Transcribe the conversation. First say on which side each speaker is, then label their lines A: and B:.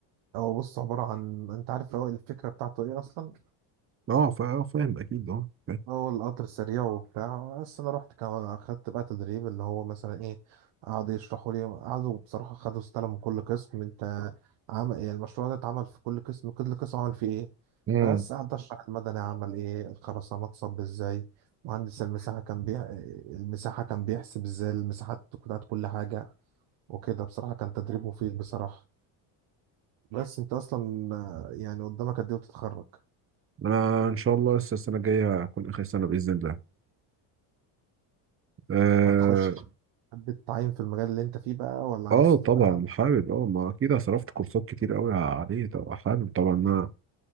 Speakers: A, on the right (about 75°); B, on the right (about 30°).
A: هو بص عبارة عن انت عارف هو الفكرة بتاعته ايه اصلا
B: اه فا- فاهم اكيد اه فاهم.
A: هو القطر سريع وبتاع بس انا رحت كمان اخدت بقى تدريب اللي هو مثلا ايه قعدوا يشرحوا لي قعدوا بصراحه خدوا استلموا من كل قسم انت عمل ايه المشروع ده اتعمل في كل قسم كل قسم عمل فيه ايه
B: امم
A: بس قعدت اشرح المدني عمل ايه الخرسانات صب ازاي مهندس المساحه كان بيح... المساحه كان بيحسب ازاي المساحات بتاعت كل حاجه وكده بصراحه كان تدريب مفيد بصراحه بس انت اصلا آه، يعني قدامك قد ايه وتتخرج
B: انا ان شاء الله لسه السنه الجايه هكون اخر سنه باذن الله اه,
A: هتخش حد تتعين في المجال اللي انت فيه بقى ولا عايز
B: آه طبعا
A: تبقى
B: حابب اه ما اكيد أنا صرفت كورسات كتير قوي عليه طبعا حابب طبعا